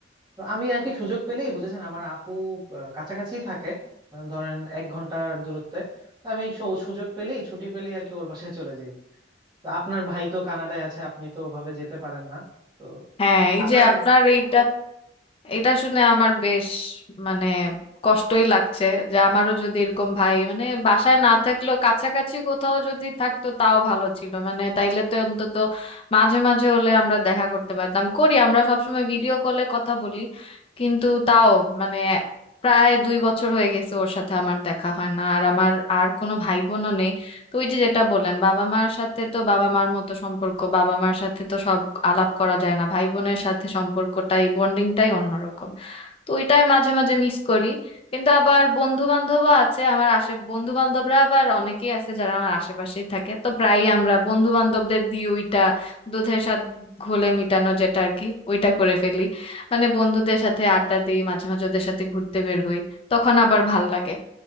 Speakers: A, on the right (about 25°); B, on the left (about 30°).
A: তো আমি আর কি সুযোগ পেলেই বুঝেছেন আমার আপু আহ, কাছাকাছি থাকে মানে ধরেন এক ঘন্টার দূরত্বে তো আমি সু- সুযোগ পেলেই ছুটি পেলেই আর কি ওর বাসায় চলে যাই তো আপনার ভাই তো কানাডায় আছে আপনি তো ওভাবে যেতে পারেন না তো
B: হ্যাঁ এই
A: আপনার
B: যে আপনার এইটা এটা শুনে আমার বেশ মানে কষ্টই লাগছে যে আমারও যদি এরকম ভাই মানে বাসায় না থাকলেও কাছাকাছি কোথাও যদি থাকতো তাও ভালো ছিল মানে তাইলে তো অন্তত মাঝে মাঝে হলে আমরা দেখা করতে পারতাম করি আমরা সবসময় ভিডিও কলে কথা বলি কিন্তু তাও মানে প্রায় দুই বছর হয়ে গেছে ওর সাথে আমার দেখা হয় না আর আমার আর কোনো ভাই বোনও নেই তো ওই যে যেটা বললেন বাবা মার সাথে তো বাবা মার মতো সম্পর্ক বাবা মার সাথে তো সব আলাপ করা যায় না ভাই বোনের সাথে সম্পর্কটাই বন্ডিংটাই অন্যরকম তো এটাই মাঝে মাঝে মিস করি কিন্তু আবার বন্ধু বান্ধবও আছে আমার আশে বন্ধু বান্ধবরা আবার অনেকেই আছে যারা আমার আশেপাশেই থাকে তো প্রায়ই আমরা বন্ধু বান্ধবদের দিয়ে ওইটা দুধের স্বাদ ঘোলে মিটানো যেটা আর কি ওইটা করে ফেলি মানে বন্ধুদের সাথে আড্ডা দিই মাঝে মাঝে ওদের সাথে ঘুরতে বের হই তখন আবার ভাল লাগে